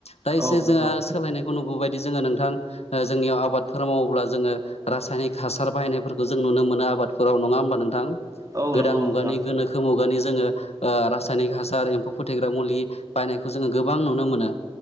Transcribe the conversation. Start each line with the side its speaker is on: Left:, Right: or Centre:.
Left: दा एसे
Right: औ
Left: जोंहा
Right: नंगौ
Left: सोलायनायखौ नुबोबाय जोङो नोंथां ओ जोंनियाव आबादफोर मावोब्ला जोङो रासायनिक हासार बाहायनायफोरखौ जों नुनो मोनो आरो। आबादफोराव नङा होमबा नोंथां
Right: औ
Left: गोदान
Right: नंगौ नोंथां
Left: मुगानि गोनोखो मुगानि जोङो ओ रासायनिक हासार एम्फौ फोथैग्रा मुलि बायनायखौ जोङो गोबां नुनो मोनो।